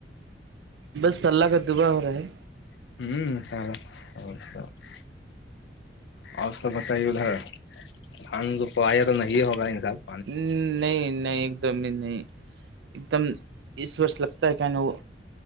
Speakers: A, on the right; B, on the left.
A: بس اللہ کا دعا ہو رہا ہے
B: ہوں ہ <inaudible> اور اس کا بتائی ادھر دان جو پ آیا تو نہیں ہوگا انساب <inaudible>
A: ہ نہیں نہیں ایک دم ہی نہیں <inaudible> ایک دم اس وور لگتا ہے کہ ن وہ